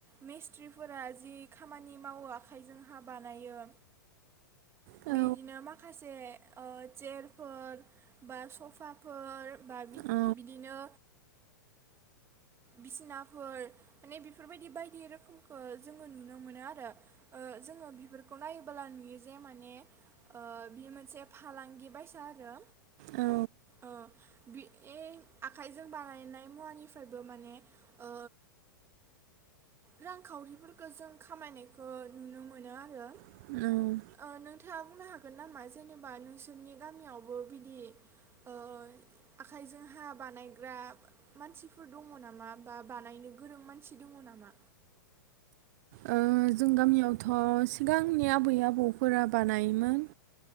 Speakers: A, on the right; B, on the right.
A: मिस्थ्रिफोरा जि खामानि मावो आखाइजोंहा बानायो
B: औ
A: बिदिनो माखासे ओ चेयारफोर बा सफाफोर बा
B: औ
A: बिदिनो बिसिनाफोर माने बेफोरबायदि बायदि रोखोमखौ जोङो नुनो मोनो आरो ओ जोङो बेफोरखौ नायोबोला नुयो जे माने ओ बे मोनसे फालांगि बायसा आरो
B: औ
A: ओ बि बे आखाइजों बानायनाय मुवानिफ्राय बो माने ओ रांखावरिफोरखौ जों खामायनायखौ नुनो मोनो आरो
B: औ औ
A: ओ नोंथाङा बुंनो हागोन होगोन नामा जेनेबा नोंसोरनि गामियावबो बिदि ओ आखाइजोंहा बानायग्रा मानसि फोर दङ नामा बा बानायनो गोरों मानसि दङ नामा
B: ओ जों गामियावथ' सिगांनि आबै आबौफोरा बानायोमोन